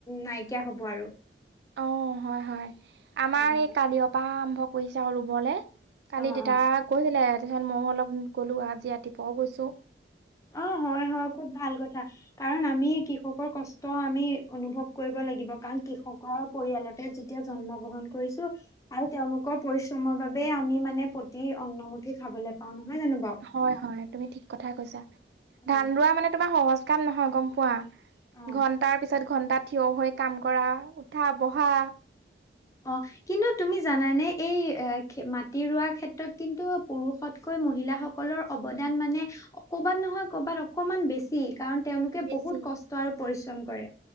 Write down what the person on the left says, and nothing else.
নাইকিয়া হব আৰু
উম।
অ
অ
অ হয় হয় খুব ভাল কথা কাৰণ আমি কৃষকৰ কষ্ট আমি অনুভৱ কৰিব লাগিব কাৰণ কৃষকৰ পৰিয়ালতে যেতিয়া জন্ম গ্ৰহণ কৰিছো আৰু তেওঁলোকৰ পৰিশ্ৰমৰ বাবে আমি মানে প্ৰতি অন্নমুঠি খাবলৈ পাওঁ নহয় জানো বাউ।
হয়
অ
অ কিন্তু তুমি জানানে এই এ মাটি ৰোৱাৰ ক্ষেত্ৰত কিন্তু পুৰুষত কৈ মহিলাসকলৰ অৱদান মানে কৰবাত নহয় কৰবাত অকমান বেছি। কাৰণ তেওঁলোকে
বহুত কষ্ট আৰু পৰিশ্ৰম কৰে